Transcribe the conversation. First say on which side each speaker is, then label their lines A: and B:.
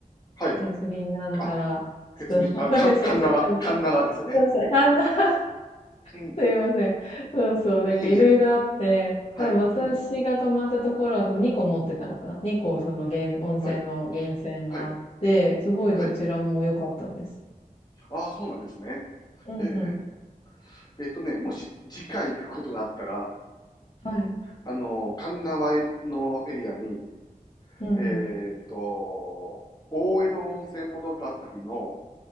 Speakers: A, on the left (about 25°); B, on the left (about 40°).
A: はい。
B: 鉄輪なんたら、
A: あ、鉄に、
B: ちょっと <laughs>
A: あの、かん、
B: 忘れちゃったんですけど。
A: 鉄輪、鉄輪ですよね。
B: そうそう、神田 <laughs>
A: うん。
B: すいません。そうそう、なんかいろいろあって、
A: いえいえ。はい。
B: 多分私が泊まったところは多分2個持ってたのかな。
A: うん。
B: 2個その源、温泉の源泉があって、
A: はい。はい。
B: すごいどちらも良かったです。
A: はい。ああ、そうなんですね。
B: うんうん。
A: へえ。えっとね、もし次回行くことがあったら、
B: はい。
A: あの、鉄輪のエリアに、
B: うんうん。
A: えーっと、大江戸温泉物語の